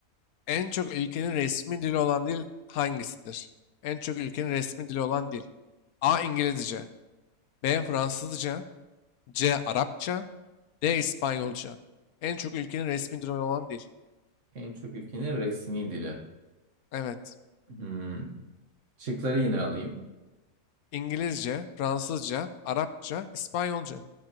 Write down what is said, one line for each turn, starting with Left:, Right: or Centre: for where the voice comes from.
Left: En çok ülkenin resmi dili olan dil hangisidir? En çok ülkenin resmi dili olan dil. A. İngilizce. B. Fransızca. C. Arapça. D. İspanyolca. En çok ülkenin resmi dili olan dil.
Right: En çok ülkenin resmi dili.
Left: Evet.
Right: Hmm. Şıkları yine alayım.
Left: İngilizce, Fransızca, Arapça, İspanyolca.